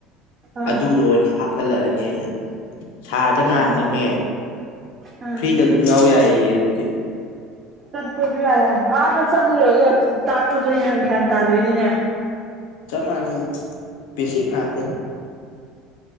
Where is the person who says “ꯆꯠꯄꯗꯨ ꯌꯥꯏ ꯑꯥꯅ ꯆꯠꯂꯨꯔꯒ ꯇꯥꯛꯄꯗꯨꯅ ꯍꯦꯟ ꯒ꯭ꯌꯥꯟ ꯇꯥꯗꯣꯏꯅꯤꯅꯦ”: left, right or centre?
Right